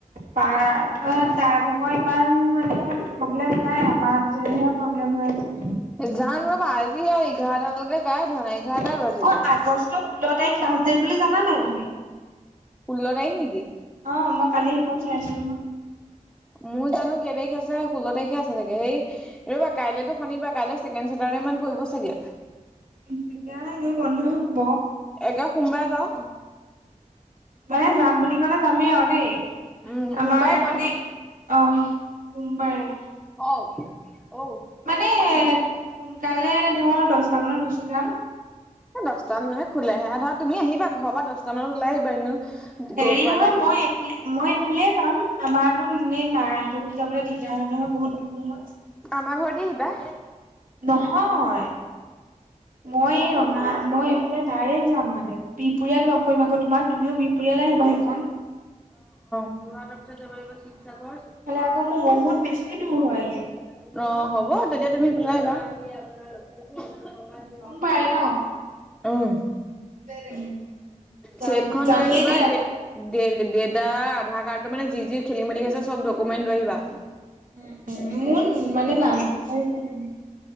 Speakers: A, on the right; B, in the centre.
A: তাৰা তাই ভাগৰ ইমান মানে প্ৰব্লেম নাই, আমাৰ দুজনীৰহে প্ৰব্লেম হৈ আছে।
B: যাম ৰ'বা! আজি আৰু এঘাৰটালৈকে গায়ে ধোৱা নাই। এঘাৰটাই
A: অ,
B: বাজিলে।
A: আগষ্টৰ ষোল্ল তাৰিখ লাষ্ট ডেট বুলি জানা নাই তুমি?
B: ষোল্ল তাৰিখ নেকি?
A: অ, মই কালি সেইখন চাইছো নহয়।
B: মোৰ জানো কেই তাৰিখ আছে, ষোল্ল তাৰিখে আছে চাগে। হেই ৰ'বা, কাইলেতো শনিবাৰ, কাইলে ছেকেণ্ড চেটাৰদে মান পৰিব চাগে।
A: তেতিয়াহ'লে এনেও বন্ধয়ে হ'ব।
B: একে সোমবাৰে যাওঁ।
A: মানে যাম বুলি ক'লে যামেই আৰু দেই।
B: উম সোমবাৰে
A: আমাৰে
B: যাওঁ,
A: মানে অ, সোমবাৰে।
B: অ, অঔ।
A: মানে সোনকালে ধৰ দছটা মানত গুচি যাম।
B: দছটাত মানে খোলেহে ধৰা, তুমি আহিবা, ঘৰৰ পৰা দছটা মানত ওলাই আহিবা, এনেও
A: হেৰি
B: গৈ পোৱালে
A: নহয় মই এইফালে মই এইফালে যাম। আমাৰ আকৌ এনে নাৰায়ণপুৰ দি যাবলৈ দিগদাৰ হয় নহয়, বহুত দূৰ হয়।
B: আমাৰ ঘৰদি আহিবা।
A: নহয়, মই ৰঙা, মই এইফালে ডাইৰেক্ট যাম। মানে বিহপুৰীয়াত লগ কৰিম আকৌ তোমাক। তুমিও বিহপুৰীয়ালৈ আহিবা সেইকন।
B: যোৰহাটৰ পিছত যাব লাগিব শিৱসাগৰ, শিৱসাগৰ
A: আকৌ মোৰ বহুত
B: যাব
A: বেছি
B: তিনিচুকীয়া
A: দূৰ হয়গে
B: <unintelligible> অ, হ'ব তেতিয়া তুমি সেইফালে আহিবা। <unintelligible>
A: সোমবাৰে ন!
B: অঁ।
A: <unintelligible> যাম
B: চেকখন
A: যামেই
B: লৈ আহিবা,
A: দেই আকৌ
B: দে দে-দেতাৰ আধাৰ কাৰ্ডটো মানে, যি যি খেলি-মেলি আছে চব ডকুমেণ্ট লৈ আহিবা।
A: উম, উম, মোৰ মানে নামটোহে <unintelligible>